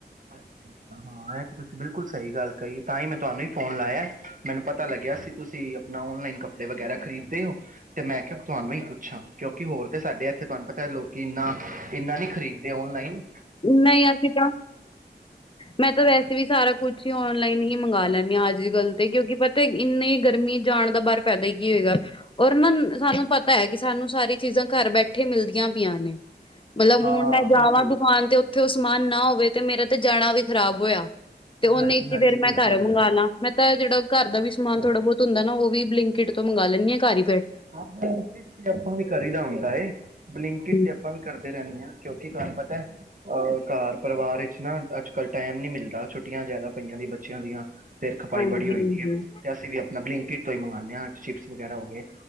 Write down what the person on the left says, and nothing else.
ਨਹੀਂ ਅਸੀਂ ਤਾਂ ਮੈਂ ਤਾਂ ਵੈਸੇ ਵੀ ਸਾਰਾ ਕੁਛ ਹੀ ਔਨਲਾਈਨ ਹੀ ਮੰਗਵਾ ਲੈਂਨੀ ਆ ਅੱਜ ਕੱਲ ਤੇ ਕਿਉਂਕਿ ਪਤਾ ਇੰਨੀ ਗਰਮੀ ਜਾਣ ਦਾ ਬਾਹਰ ਫਾਇਦਾ ਹੀ ਕੀ ਹੋਏਗਾ ਔਰ ਨਾ ਸਾਨੂੰ ਪਤਾ ਐ ਕਿ ਸਾਨੂੰ ਸਾਰੀ ਚੀਜ਼ਾਂ ਘਰ ਬੈਠੇ ਮਿਲਦੀਆਂ ਪਈਆਂ ਨੇ। ਮਤਲਬ
ਹੁਣ ਮੈਂ ਜਾਵਾਂ
<unintelligible> ਤੇ ਉੱਥੇ ਉਹ ਸਮਾਨ ਨਾ ਹੋਵੇ ਤੇ ਮੇਰਾ ਤੇ ਜਾਣਾ ਵੀ ਖ਼ਰਾਬ ਹੋਇਆ। ਤੇ ਉਹਨੇ
ਤੇ ਫੇਰ
ਮੈਂ ਘਰ
ਮੰਗਾਲਾਂ ਮੈਂ ਤਾਂ ਜਿਹੜਾ ਘਰ ਦਾ ਵੀ ਸਮਾਨ
ਥੋੜਾ ਬਹੁਤ ਹੁੰਦਾ ਨਾ ਉਹ ਵੀ ਬਲਿੰਕ ਕਿਟ ਤੋਂ ਮੰਗਾ ਲੈਂਦੀ ਆ ਘਰ ਈ।
ਹੂੰ,
ਹਾਂਜੀ,
ਹਾਂਜੀ,